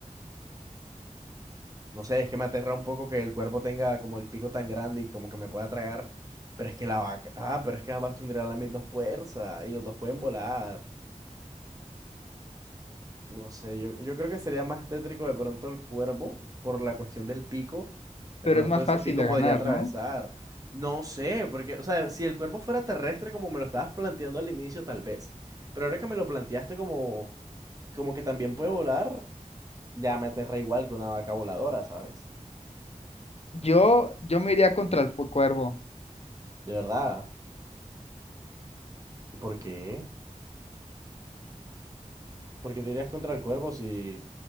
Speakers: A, on the right; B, on the left.
A: no sé, es que me aterra un poco que el cuervo tenga como el pico tan grande y como que me pueda tragar. Pero es que la vaca. Ah, pero es que ambas tendrían la misma fuerza y los dos pueden volar. No sé, yo, yo creo que sería más tétrico de pronto el cuervo por la cuestión del pico.
B: pero
A: De pronto
B: es más
A: ese
B: fácil
A: pico
B: de
A: podría
B: ganar,
A: atravesar.
B: ¿no?
A: No sé, porque, o sea, si el cuervo fuera terrestre como me lo estabas planteando al inicio, tal vez. Pero ahora que me lo planteaste como, como que también puede volar, ya me aterra igual que una vaca voladora, ¿sabes?
B: Yo, yo me iría contra el fu- cuervo.
A: De verdad. ¿Y por qué? ¿Por qué te irías contra el cuervo si,